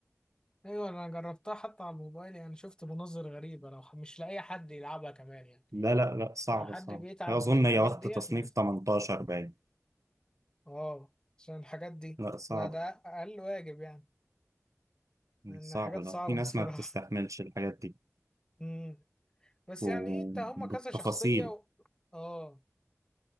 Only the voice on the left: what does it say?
ايوه انا جربتها حتى على الموبايل يعني شفت مناظر غريبه لو مش لاقي حد يلعبها كمان يعني
لو حد
بيتعب
من الحاجات
ديت
ما
اه عشان الحاجات دي
ما ده اقل واجب يعني لان
حاجات
صعبه
<laughs> بصراحه
امم بس
يعني إيه انت هما كذا شخصيه و... اه